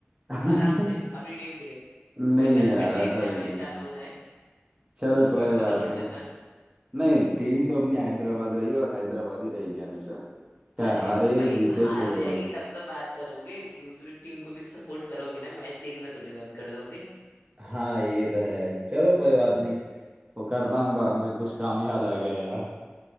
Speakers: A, on the right (about 20°); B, on the left (about 85°).
A: <laughs> हाँ।
B: आराम से अपनी टीम के लिए क्योंकि
A: नहीं
B: कल
A: यार
B: फिर से
A: ऐसा
B: एक नया
A: भी
B: मैच
A: नहीं
B: चालू होना है <laughs>
A: चलो
B: तुम उस
A: कोई
B: टीम को
A: बात
B: सपोर्ट
A: नहीं
B: करना
A: नहीं टीम तो अपनी हैदराबाद रही है और हैदराबाद ही रहेगी हमेशा चाहे
B: अरे
A: हारे
B: तो भाई
A: जीते
B: हार
A: कुछ
B: हो
A: होए
B: जाएगी तब तो बात करोगे दूसरी टीम को भी तो सपोर्ट करोगे ना मैच देखना थोड़ी बंद कर दोगे
A: हाँ ये तो है चलो कोई बात नहीं वो करता हूँ बाद में कुछ काम याद आ गया यार